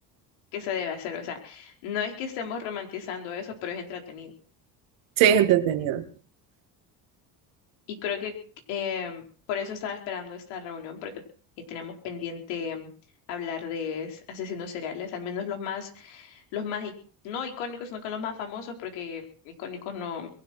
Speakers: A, on the left; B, on the right.
A: que se debe hacer, o sea, no es que estemos romantizando eso, pero es entretenido.
B: Sí, es entretenido.
A: Y creo que em, por eso estaba esperando esta reunión, porque eh, tenemos pendiente em, hablar de s- asesinos seriales, al menos los más, los más, ic- no icónicos, no con los más famosos, porque icónicos no,